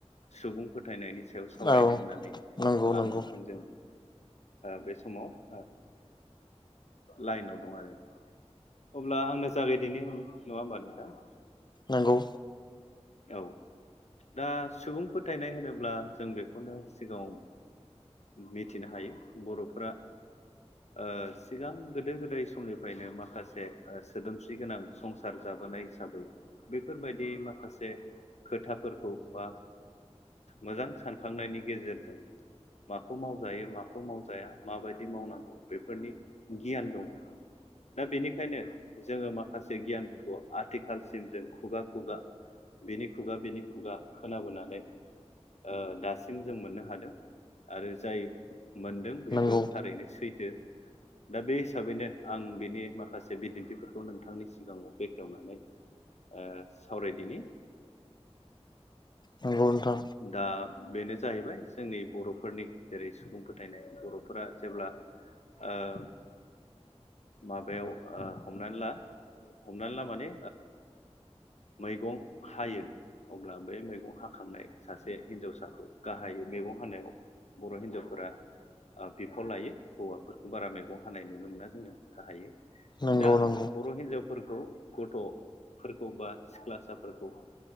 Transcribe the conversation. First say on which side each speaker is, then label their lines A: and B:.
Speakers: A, on the left; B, on the left.
A: सुबुं फोथायनायनि सायाव सावरायनो
B: औ
A: होननानै
B: नंगौ
A: आं
B: नंगौ
A: नोंथांजों ओ बे समाव ओ लाइनाव दं आरो अब्ला आंनो जागाय दिनि नङा होमबा नोंथां
B: नोंगौ
A: औ दा सुबुं फोथायनाय होनोब्ला जों बेखौनो सिगाङाव मिथिनो हायो बर'फोरा ओ सिगां गोदो गोदाय समनिफ्रायनो माखासे सोदोमस्रि गोनां संसार जाबोनाय हिसाबै बेफोरबायदि माखासे से खोथाफोरखौ बा मोजां सानखांनायनि गेजेरजों माखौ मावजायो माखौ मावजाया माबायदि मावनांगौ बेफोरनि गियान दं दा बेनिखायनो जोङो माखासे गियानफोरखौ आथिखालसिम जों खुगा खुगा बिनि खुगा बिनि खुगा खोनाबोनानै ओ दासिम जों मोननो हादों आरो जाय मोनदों बेबो
B: नंगौ
A: थारैनो सैथो दा बे हिसाबैनो आं बिनि माखासे बिदिन्थिफोरखौ नोंथांनि सिगाङाव बेखेवनानै ओ सावरायदिनि
B: नोंगौ नोंथां
A: दा बेनो जाहैबाय जोंनि बर'फोरनि जेरै सुबुं फोथायनाय बर'फोरा जेब्ला ओम माबायाव हमनानै ला हमनानै ला माने मैगं हायो अब्ला बै मैगं हाखांनाय सासे हिन्जावसाखौ गाहायै मैगं हानायाव बर' हिन्जावफोरा बिफाव लायो हौवाफोरखौ बारा मैगं हानाय नुनो मोना जोङो गाहायै
B: नंगौ
A: दा
B: नंगौ
A: बर' हिनजावफोरखौ गथ'फोरखौ बा सिख्लासाफोरखौ